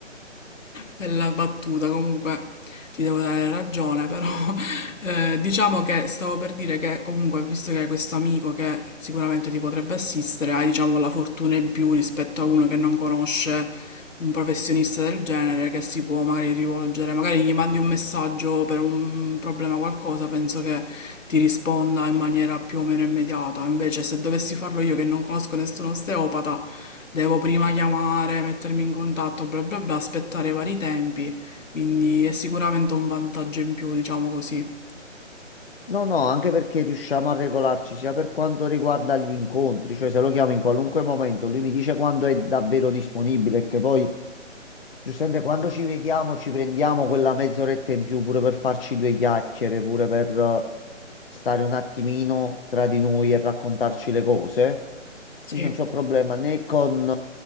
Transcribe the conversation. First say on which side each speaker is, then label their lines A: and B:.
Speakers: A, on the left; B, on the left.
A: Bella battuta, comunque ti devo dare ragione, però <laughs> eh, diciamo che stavo per dire che comunque, visto che hai questo amico che sicuramente ti potrebbe assistere, hai diciamo la fortuna in più rispetto a uno che non conosce un professionista del genere che si può magari rivolgere, magari gli mandi un messaggio per un problema o qualcosa, penso che ti risponda in maniera più o meno immediata. Invece se dovessi farlo io che non conosco nessun osteopata, devo prima chiamare, mettermi in contatto, bla bla bla, aspettare i vari tempi, quindi è sicuramente un vantaggio in più, diciamo così.
B: No, no, anche perché riusciamo a regolarci sia per quanto riguarda gli incontri, cioè se lo chiamo in qualunque momento, lui mi dice quando è davvero disponibile, che poi Giuseppe, quando ci vediamo ci prendiamo quella mezz'oretta in più pure per farci due chiacchiere, pure per eh, stare un attimino tra di noi e raccontarci le cose.
A: Sì.
B: Quindi non c'ho problema né con